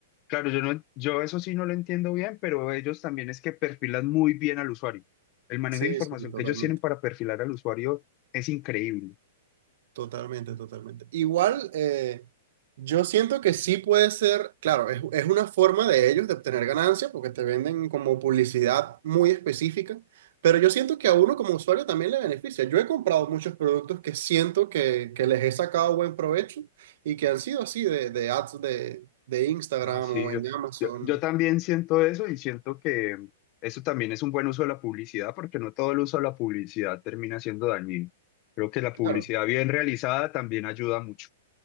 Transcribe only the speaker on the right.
Sí,
sí, totalmente.
Totalmente, totalmente. Igual, eh, yo siento que sí puede ser, claro, es, es una forma de ellos de obtener ganancias porque te venden como publicidad muy específica, pero yo siento que a uno como usuario también le beneficia. Yo he comprado muchos productos que siento que, que les he sacado buen provecho y que han sido así de, de ads de, de Instagram
o
en Amazon.
Claro.